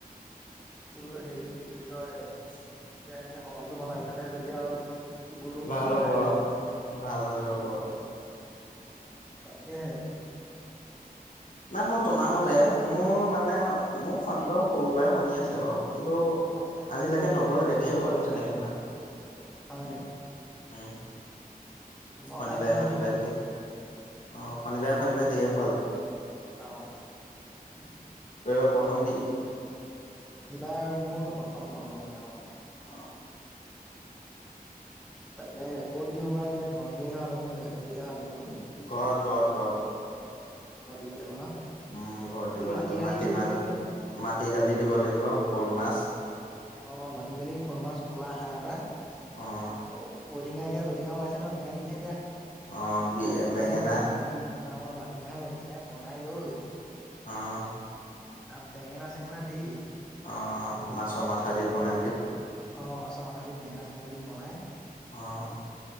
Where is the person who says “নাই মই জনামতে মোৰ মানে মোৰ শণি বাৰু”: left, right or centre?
Left